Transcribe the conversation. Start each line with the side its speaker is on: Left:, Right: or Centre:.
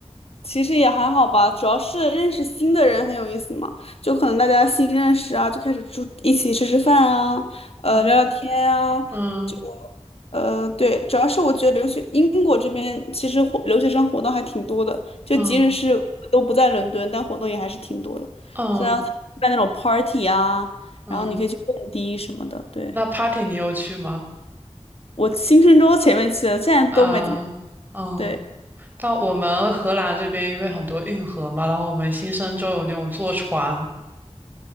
Left: 其实也还好吧，主要是认识新的人很有意思嘛，就可能大家新认识啊，就开始住一起吃吃饭啊，呃，
Right: 嗯
Left: 聊聊天啊，
Right: 嗯
Left: 就呃，对，主要是我觉得留学英国这边其实活留学生活动还挺多的，就即使是都不在伦敦，
Right: 嗯
Left: 但活动也还是挺多的，
Right: 嗯
Left: 虽然要参加那种 party 啊，
Right: 嗯，
Left: 然后你可以去蹦迪什么的。对，
Right: 那 party 你有去吗？
Left: 我新生周前面去的，现在都没怎么，
Right: 啊嗯，
Left: 对，
Right: 但我们荷兰这边因为很多运河嘛，然后我们新生州有那种坐船，